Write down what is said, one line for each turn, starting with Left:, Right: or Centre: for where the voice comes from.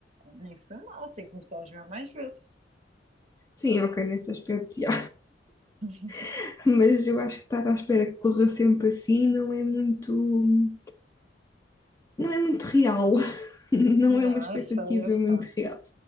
Right: Nem foi mal, tem que começar a jogar mais vezes.
Left: Sim, ok, nesse aspecto, já.
Right: <laughs>
Left: <laughs> Mas eu acho que estar à espera que corra sempre assim não é muito. Não é muito real, <laughs> não
Right: Não,
Left: é uma expectativa
Right: eu sei, eu sei.
Left: muito real.